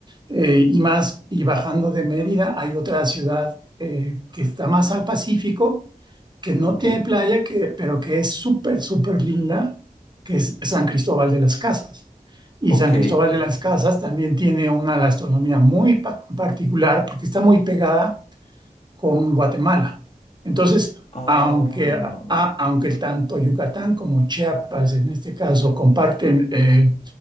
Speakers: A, on the right (about 30°); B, on the left (about 45°).
A: Eh, y más, y bajando de Mérida hay otra ciudad eh, que está más al Pacífico, que no
B: Ok,
A: tiene playa, que, pero que es súper, súper linda, que es San Cristóbal de las Casas. Y
B: ok.
A: San Cristóbal de las Casas también tiene una gastronomía muy pa- particular porque está muy pegada con Guatemala. Entonces,
B: Oh,
A: aunque, a- aunque tanto Yucatán como Chiapas, en este caso, comparten eh,